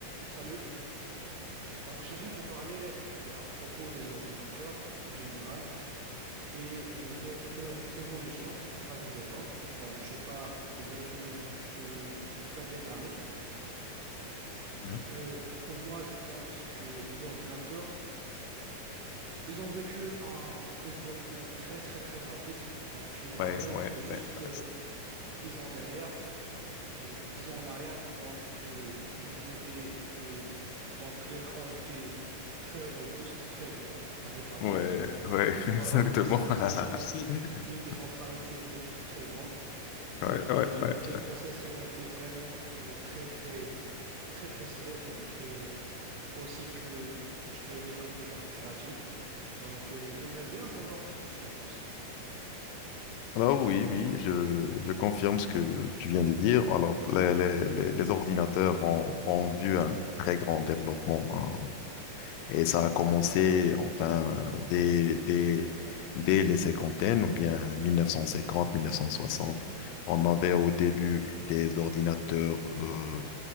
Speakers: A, on the right; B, on the left.
A: Salut. Donc, j'aimerais te parler euh, à propos des ordinateurs en général et euh, leur, leur évolution à travers le temps. Donc, je parle des dernières euh, vingtaines d'années.
B: Mhm.
A: Euh, pour moi, je pense que les ordinateurs, ils ont vécu un développement très, très, très rapide. Donc, je me rappelle
B: Ouais, ouais,
A: que juste
B: ouais, ouais,
A: euh, 10 ans derrière, euh, 10 ans en arrière, donc, euh, ils étaient, euh, donc, l'écran était très robuste, très grand, avec un ventre.
B: ouais,
A: Voilà,
B: <laughs> exactement.
A: un PC aussi,
B: <laughs>
A: <laughs> l'unité centrale aussi était tr- très grande.
B: Ouais,
A: Donc,
B: ouais,
A: euh,
B: ouais.
A: les processeurs
B: ouais.
A: étaient vraiment euh, très, très, très, très slow. Donc, euh, aussi que, l- je peux dire, les cartes graphiques. Donc, euh, j'aimerais bien savoir qu'est-ce que tu en penses.
B: Alors oui, oui, je, je confirme ce que tu viens de dire. Alors, les, les, les, les ordinateurs ont, ont vu un très grand développement. hein. Et ça a commencé, enfin, euh, dès, dès, dès les cinquantaines ou bien 1950, 1960. On avait au début des ordinateurs euh,